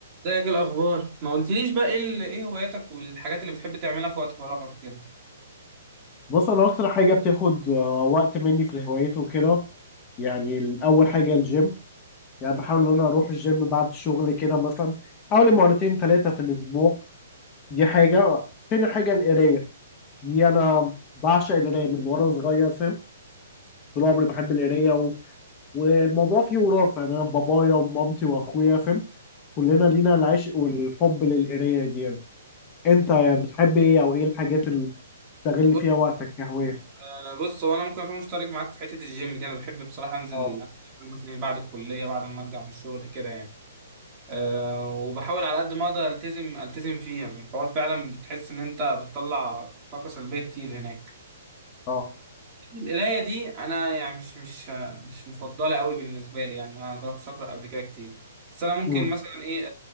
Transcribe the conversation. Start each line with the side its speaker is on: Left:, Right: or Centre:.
Right: ازيك إيه الاخبار ما قلتليش بقى ايه ال- ايه هواياتك والحاجات اللي بتحب تعملها في وقت فراغك كده
Left: بص انا اكتر حاجه بتاخد آه، وقت مني في الهوايات وكده يعني الاول حاجه الجيم يعني بحاول ان انا اروح الجيم بعد الشغل كده مثلا حوالي مرتين ثلاثه في الاسبوع دي حاجه تاني حاجه القرايه دي انا بعشق القرايه من وانا صغير فاهم طول عمري بحب القرايه و... والموضوع فيه وراثه يعني انا بابايا ومامتي واخويا فاهم كلنا لينا العشق والحب للقرايه دي يعني. انت بتحب ايه او ايه الحاجات اللي بتستغل
Right: بص
Left: فيها وقتك كهوايه
Right: آه، بص هو انا ممكن اكون مشترك معاك في حته الجيم دي انا بحب بصراحه انزل
Left: اه
Right: مثلا بعد الكليه بعد ما ارجع من الشغل كده يعني أه وبحاول على قد ما اقدر التزم التزم فيه يعني الحوار فعلا بتحس ان انت بتطلع طاقه سلبيه كتير هناك
Left: اه
Right: القراية دي أنا يعني مش مش مش مفضلة قوي بالنسبة لي يعني أنا مجربتش أقرأ قبل كده كتير بس أنا ممكن
Left: امم
Right: مثلا إيه